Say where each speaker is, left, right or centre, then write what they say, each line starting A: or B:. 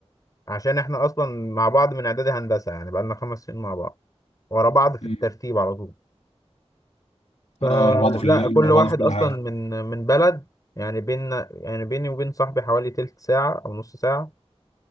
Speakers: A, on the left (about 30°); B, on the left (about 80°).
A: عشان احنا اصلا مع بعض من اعدادي هندسه يعني بقالنا خمس سنين مع بعض ورا بعض في
B: امم
A: الترتيب على طول فلا
B: اه ورا بعض في اللجنه
A: كل
B: ورا
A: واحد
B: بعض في كل
A: اصلا
B: حاجه
A: من من بلد يعني بيننا يعني بيني وبين صاحبي حوالي تلت ساعه او نص ساعه